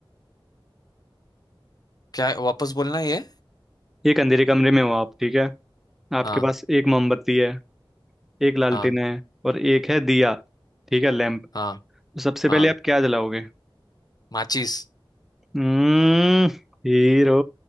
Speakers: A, on the left; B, in the centre.
A: क्या वापस बोलना ये
B: एक अंधेरे कमरे में हो आप ठीक है आपके
A: हाँ
B: पास एक मोमबत्ती है एक लालटेन
A: हाँ
B: है और एक है दिया ठीक है लैंप
A: हाँ
B: तो सबसे पहले
A: हाँ
B: आप क्या जलाओगे
A: माचिस
B: हम्म हीरो